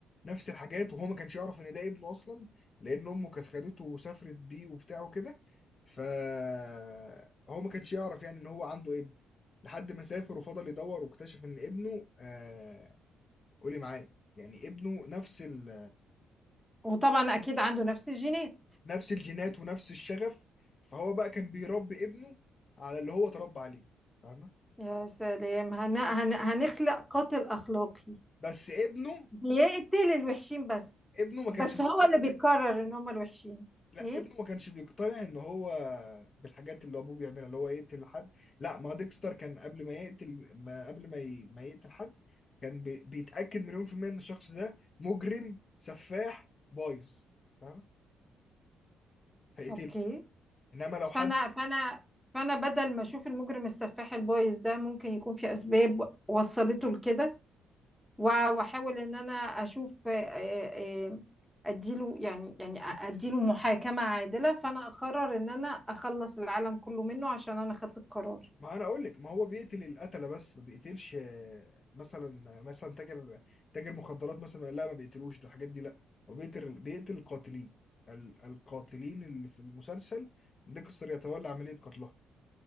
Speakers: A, on the left; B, in the centre.
A: نفس الحاجات وهو ما كانش يعرف ان ده ابنه اصلا لان امه كانت خدته وسافرت بيه وبتاع وكده فهو ما كانش يعرف يعني ان هو عنده ابن لحد ما سافر وفضل يدور واكتشف ان ابنه آه قولي معايا يعني ابنه نفس ال...
B: وطبعا اكيد عنده نفس الجينات
A: نفس الجينات ونفس الشغف فهو بقى كان بيربي ابنه على اللي هو اتربى عليه فاهمه
B: يا سلام هن... هن... هنخلق قاتل اخلاقي
A: بس ابنه
B: بيقتل الوحشين بس
A: ابنه ما
B: بس
A: كانش مقتنع
B: هو اللي بيقرر ان هم الوحشين
A: لأ،
B: ايه
A: ابنه ما كانش بيقتنع إن هو بالحاجات اللي أبوه بيعملها، اللي هو يقتل حد، لأ، ما هو ديكستر كان قبل ما يقتل ما قبل ما ي ما يقتل حد، كان بي بيتأكد مليون في المِيّة إن الشخص ده مجرم، سفاح، بايظ، فاهمة؟ فيقتله،
B: اوكي
A: إنما لو حد
B: فانا فانا فانا بدل ما اشوف المجرم السفاح البايظ ده ممكن يكون في اسباب وصلته لكده و- واحاول ان انا اشوف آه، آه، آه، اديله يعني يعني اديله محاكمة عادلة فانا اقرر ان انا اخلص العالم كله منه عشان انا خدت القرار
A: ما أنا أقول لِك، ما هو بيقتل القتلة بس، ما بيقتلش آه، مثلًا مثلًا تاجر تاجر مخدرات مثلًا، لأ، ما بيقتلوش ده الحاجات دي لأ، هو بيقتل بيقتل القاتلين، ال القاتلين اللي في المسلسل ديكستر يتولى عملية قتلها،